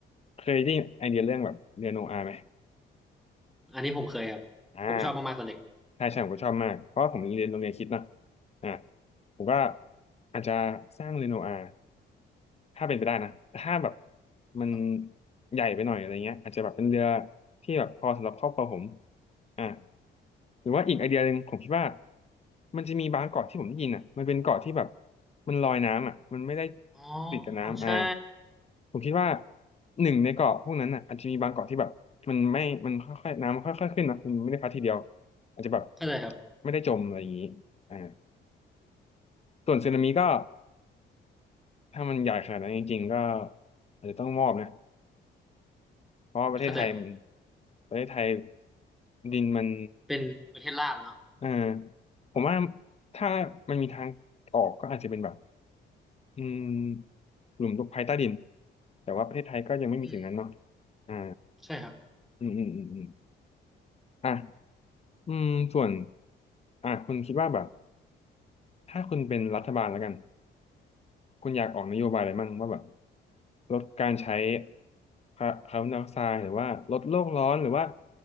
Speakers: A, on the left; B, in the centre.
A: เคยได้ไอเดียเรื่องแบบเรียนโนอาไหม
B: อันนี้ผมเคยครับผมชอบมากๆตอนเด็ก
A: อ่าใช่ใช่ผมก็ชอบมากเพราะว่าผมเรียนโรงเรียนคริดนอะอ่าผมก็อาจจะสร้างเรียนโนอา ถ้าเป็นไปได้นะแต่ถ้าแบบมัน
B: ครับผม
A: ใหญ่ไปหน่อยอะไรเงี้ยอาจจะแบบเป็นเรือที่แบบพอสำหรับครอบครัวผมอ่าหรือว่าอีกไอเดียหนึ่งผมคิดว่ามันจะมีบางเกาะที่ผมได้ยินอ่ะมันเป็นเกาะที่แบบมันลอยน้ำอ่ะมันไม่ได้
B: อ๋อ
A: ติดกับน้ำอ่า
B: ใช่
A: ผมคิดว่าหนึ่งในเกาะพวกนั้นอ่ะอาจจะมีบางเกาะที่แบบมันไม่มันค่อยๆน้ำมันค่อยๆขึ้นนะมันไม่ได้พัดทีเดียวอาจจะแบบ
B: เข้าใจครับ
A: ไม่ได้จมอะไรอย่างนี้อ่าส่วนสึนามิก็ถ้ามันใหญ่ขนาดนั้นจริงๆก็อาจจะต้องมอบนะ เพราะว่าประเทศไทยมัน
B: เข้าใจครับ
A: ประเทศไทยดินมัน
B: เป็นประเทศลาบอะเนาะ
A: เอ่อผมว่าถ้ามันมีทางออกก็อาจจะเป็นแบบอืมหลุมตกภัยใต้ดินแต่ว่าประเทศไทยก็ยังไม่มีสิ่งนั้นเนาะ
B: อืม
A: อ่า
B: ใช่ครับ
A: อืมอืมอืมอืมอ่ะอืมส่วนอ่ะคุณคิดว่าแบบถ้าคุณเป็นรัฐบาลแล้วกัน คุณอยากออกนโยบายอะไรมั่งว่าแบบลดการใช้คาคาร์บอนไดออกไซด์หรือว่าลดโลกร้อนหรือว่า